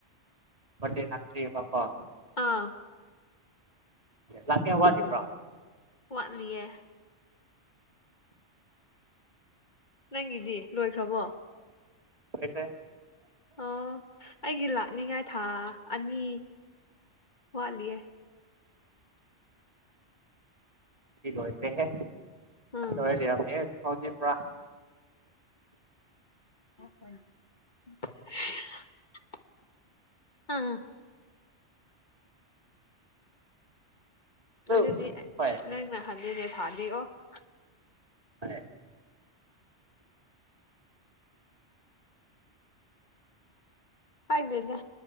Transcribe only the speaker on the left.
ꯑꯥ
ꯀꯠ ꯂꯌꯦ ꯅꯪꯒꯤꯗꯤ ꯂꯣꯏꯈ꯭ꯔꯕꯣ
ꯑ ꯑꯩꯒꯤ ꯂꯥꯛꯅꯤꯡꯉꯥꯏ ꯊꯥ ꯑꯅꯤ ꯋꯥꯠꯂꯤꯦ
ꯎꯝ
<unintelligible> ꯎꯝ
ꯑꯗꯨꯗꯤ ꯅꯪꯅꯍꯜꯂꯤꯅꯦ ꯐꯥꯗꯤ ꯑꯣ <inaudible> <inaudible>
ꯍꯥꯏꯗꯅꯦ